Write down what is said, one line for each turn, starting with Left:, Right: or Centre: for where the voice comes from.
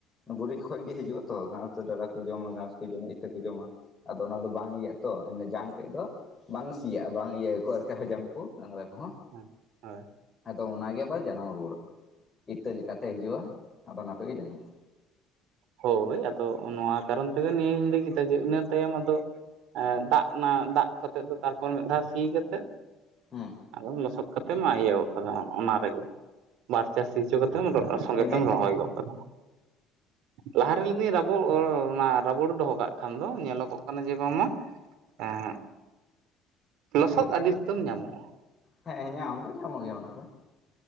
Left: ᱜᱩᱨᱤᱡ ᱠᱷᱚᱡ ᱜᱮ ᱦᱤᱡᱩᱜ-ᱟ ᱛᱚ ᱜᱷᱟᱸᱥ ᱫᱚ ᱰᱟᱝᱨᱟ ᱠᱚ ᱡᱚᱢᱟ ᱜᱷᱟᱸᱥ ᱠᱚ ᱡᱚᱢᱟ ᱤᱛᱟᱹ ᱠᱚ ᱡᱚᱢᱟ, ᱟᱫᱚ ᱚᱱᱟ ᱫᱚ ᱵᱟᱝ ᱤᱭᱟᱹᱜ-ᱟ ᱛᱚ ᱚᱱᱮ ᱡᱟᱝ ᱛᱮᱫ ᱫᱚ ᱵᱟᱝ ᱥᱤᱭᱟᱜᱼᱟ ᱵᱟᱝ ᱤᱭᱟᱹᱭᱟᱠᱚ ᱟᱨᱠᱤ ᱦᱟᱡᱟᱢᱟᱠᱚ ᱰᱟᱝᱨᱟ ᱠᱚᱦᱚᱸ᱾
Right: ᱦᱮᱸ ᱦᱳᱭ᱾
Left: ᱟᱫᱚ ᱚᱱᱟ ᱜᱮ ᱟᱵᱟᱨ ᱡᱟᱱᱟᱢ ᱨᱩᱩᱭᱟᱹᱲᱚᱜᱼᱟ, ᱤᱛᱟᱹ ᱞᱮᱠᱟᱛᱮ ᱦᱤᱡᱩᱜᱼᱟ, <unintelligible> ᱛᱮᱜᱮ ᱡᱟᱱᱟᱢᱚᱜ-ᱟ᱾
Right: ᱦᱳᱭ ᱟᱫᱚ ᱱᱚᱣᱟ ᱠᱟᱨᱚᱱ ᱛᱮᱜᱮ ᱱᱤᱭᱟᱹᱧ ᱞᱟᱹᱭ ᱠᱮᱫᱟ ᱡᱮ ᱤᱱᱟᱹ ᱛᱟᱭᱚᱢ ᱟᱫᱚ ᱮᱸ ᱫᱟᱜ ᱚᱱᱟ ᱫᱟᱜ ᱠᱚᱛᱮ ᱫᱚ ᱛᱟᱨᱯᱚᱨ ᱢᱤᱫ ᱫᱷᱟᱣ ᱥᱤ ᱠᱟᱛᱮᱫ
Left: ᱦᱩᱸ
Right: ᱟᱫᱚᱢ ᱞᱚᱥᱚᱫ ᱠᱟᱛᱮᱢ ᱢᱟ ᱤᱭᱟᱹ ᱜᱚᱜ ᱠᱟᱫᱟ ᱚᱱᱟ ᱨᱮᱜᱮ᱾ ᱵᱟᱨ ᱪᱟᱥ ᱥᱤ ᱦᱚᱪᱚ ᱠᱟᱛᱮᱢ ᱨᱚᱦᱚ ᱥᱚᱸᱜᱮ
Left: ᱵᱮᱸᱜᱮᱫ
Right: ᱛᱮᱢ
Left: ᱠᱟᱫᱟᱭ
Right: ᱨᱚᱦᱚᱭ ᱜᱚᱜ ᱠᱟᱫᱟ᱾ ᱞᱟᱦᱟᱨᱮ ᱞᱟᱹᱭᱫᱤᱧ ᱨᱟᱵᱚᱲ ᱚᱱᱟ ᱨᱟᱵᱚᱲ ᱫᱚᱦᱚ ᱠᱟᱜ ᱠᱷᱟᱱ ᱫᱚ ᱧᱮᱞᱚᱜᱚᱜ ᱠᱟᱱᱟ ᱡᱮ ᱵᱟᱝᱢᱟ, ᱮᱸᱜ, ᱞᱚᱥᱚᱫ ᱟᱰᱤ ᱩᱥᱛᱟᱹᱢ ᱧᱟᱢᱚᱜᱼᱟ᱾
Left: ᱦᱮᱸ ᱧᱟᱢ ᱫᱚ ᱧᱟᱢᱚᱜ ᱜᱮᱭᱟ ᱚᱱᱟ ᱫᱚ᱾